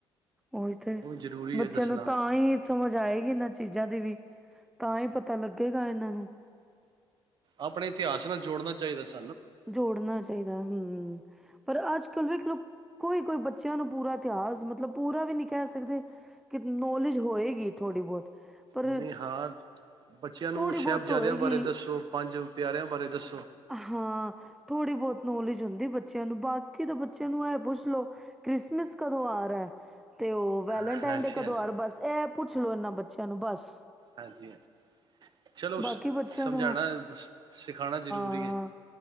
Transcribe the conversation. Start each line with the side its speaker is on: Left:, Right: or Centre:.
Centre: ਉਹੀ ਤੇ
Right: ਉਹ ਵੀ ਜ਼ਰੂਰੀ
Centre: ਬੱਚਿਆਂ
Right: ਹੈ ਦੱਸਣਾ
Centre: ਨੂੰ ਤਾਂ ਹੀ ਸਮਝ ਆਏਗੀ ਇਹਨਾਂ ਚੀਜ਼ਾਂ ਦੀ ਵੀ ਤਾਂ ਹੀ ਪਤਾ ਲੱਗੇਗਾ ਇਹਨਾਂ ਨੂੰ
Right: ਆਪਣੇ ਇਤਿਹਾਸ ਨਾਲ ਜੋੜਨਾ ਚਾਹੀਦਾ ਸੀ
Centre: ਜੋੜਨਾ ਚਾਹੀਦਾ ਹਮ ਪਰ ਅੱਜ ਕੱਲ੍ਹ ਵੇਖਲੋ ਕੋਈ ਕੋਈ ਬੱਚਿਆਂ ਨੂੰ ਪੂਰਾ ਇਤਿਹਾਸ, ਮਤਲਬ ਪੂਰਾ ਵੀ ਨਹੀਂ ਕਹਿ ਸਕਦੇ, ਕਿ ਨੌਲੇਜ ਹੋਏਗੀ ਥੋੜ੍ਹੀ ਬਹੁਤ। ਪਰ
Right: ਨਹੀਂ ਹਾਂ, ਬੱਚਿਆਂ ਨੂੰ
Centre: ਥੋੜ੍ਹੀ ਬਹੁਤ
Right: ਸੈ਼ਬਜ਼ਾਦਿਆਂ
Centre: ਹੋਏਗੀ
Right: ਬਾਰੇ ਦੱਸੋ਼, ਪੰਜ ਪਿਆਰਿਆਂ ਬਾਰੇ ਦੱਸੋ।
Centre: ਹਾਂ। ਥੋੜ੍ਹੀ ਬਹੁਤ ਨੌਲੇਜ ਹੁੰਦੀ ਬੱਚਿਆਂ ਨੂੰ। ਬਾਕੀ ਤਾਂ ਬੱਚਿਆਂ ਨੂੰ ਏਹ ਪੁੱਛ ਲਓ ਕ੍ਰਿਸਮਿਸ ਕਦੋਂ ਆ ਰਹਾ, ਤੇ ਉਹ
Right: ਹਾਂਜੀ
Centre: ਵੈਲੇਨਟਾਈਨ ਡੇ ਕਦੋਂ
Right: ਹਾਂਜੀ ਹਾਂਜੀ
Centre: ਆ ਰਹਾ। ਬਸ ਇਹ ਪੁ ਪੁੱਛ ਲੋ ਇਹਨਾਂ ਬੱਚਿਆਂ ਨੂੰ ਬਸ।
Right: ਹਾਂਜੀ ਹਾਂਜੀ, ਚਲ
Centre: ਬਾਕੀ
Right: ਸ-ਸਮਝਾਉਣਾ
Centre: ਬੱਚਿਆਂ ਨੂੰ
Right: ਸ-ਸਿਖਾਉਣਾ ਜ਼ਰੂਰੀ
Centre: ਹਾਂ
Right: ਹੈ